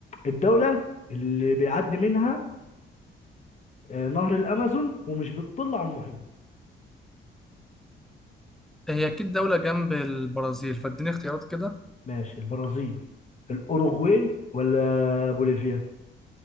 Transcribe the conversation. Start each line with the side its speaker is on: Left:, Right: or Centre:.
Left: الدوله اللي بيعدي منها آه، نهر الامازون ومش بتطل على المحيط
Centre: هي اكيد دولة جنب البرازيل فاديني اختيارات كده
Left: ماشي البرازيل الاوروغواي ولا بوليفيا